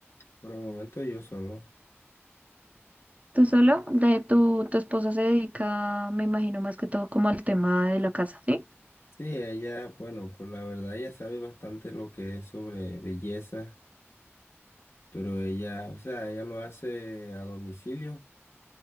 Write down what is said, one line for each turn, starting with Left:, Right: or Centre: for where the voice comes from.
Left: por el momento yo solo.
Right: ¿Tú solo? De tu, tu esposa se dedica, me imagino, más que todo como al tema de la casa, ¿sí?
Left: Sí, ella, bueno, por la verdad, ella sabe bastante lo que es sobre belleza, pero ella, o sea, ella lo hace a domicilio